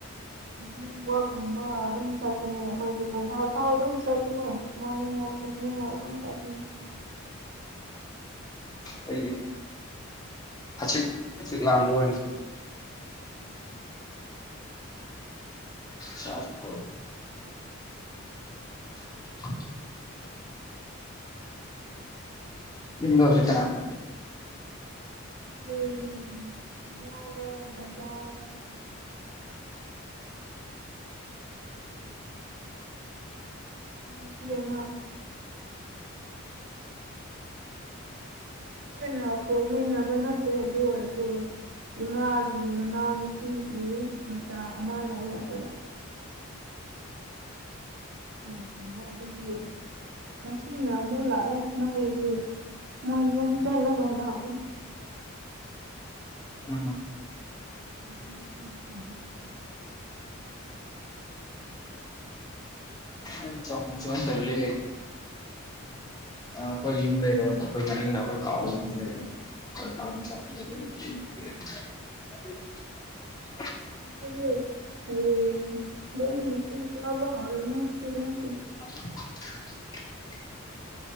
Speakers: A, on the right; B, on the left.
A: ꯎꯝ ꯃꯅꯤꯡ ꯋꯥꯛꯀꯨꯝꯕ ꯑꯗꯨꯝ ꯆꯠꯀꯅꯤ ꯑꯩꯈꯣꯏꯗꯤ ꯕꯖꯥꯔ ꯐꯥꯎ ꯑꯗꯨꯝ ꯆꯠꯀꯅꯤ ꯃꯣꯔꯅꯤꯡ ꯋꯥꯛ ꯏꯚꯅꯤꯡ ꯍꯗ ꯁꯥꯗ
B: ꯑ ꯆꯤꯛꯆꯤꯛ ꯂꯥꯡꯕ ꯑꯣꯏꯅ
A: ꯎꯝ
B: ꯆꯁꯣ <unintelligible> ꯏꯟꯗꯣꯔꯁꯦ ꯀꯅꯥ ꯀ
A: ꯑꯦ ꯏꯔ ꯕꯥ ꯎ ꯇ ꯑꯄꯤ ꯑꯃ ꯍꯅꯦ ꯑꯣ ꯃꯤꯅꯥꯕꯅꯠꯇ ꯑꯗꯨ ꯑꯣꯏꯣꯏꯁꯨ ꯏꯃ ꯃꯅꯥꯎꯅꯨꯄꯤꯒꯤ ꯃꯆꯥ ꯑꯃ ꯂꯩꯌꯦ ꯑꯩꯈꯣꯏꯗ ꯎ ꯀ ꯋꯥ ꯑꯗꯨꯒꯤ ꯍꯥꯁꯤꯅ ꯃꯣ ꯂ ꯑꯦ ꯃꯣꯏ ꯃꯣꯏꯨꯝ ꯆꯂꯒ ꯂꯒ
B: ꯎꯝ
A: <unintelligible>
B: ꯎ ꯆ ꯁ ꯐꯂꯤ ꯂꯩ ꯑ ꯑꯩꯈꯣꯏ ꯌꯨꯝ ꯂꯩꯔꯦ ꯑꯩꯈꯣꯏ ꯃꯅꯤꯡꯗ ꯑꯩꯈꯣꯏ ꯀꯥꯎ ꯌ ꯂꯩꯔꯦ <unintelligible>
A: ꯑꯁꯃꯗ ꯍꯌꯦ ꯑꯗꯨꯣꯝ ꯃꯁꯕ ꯍꯥꯔꯅꯤꯗꯁꯤ
B: <unintelligible>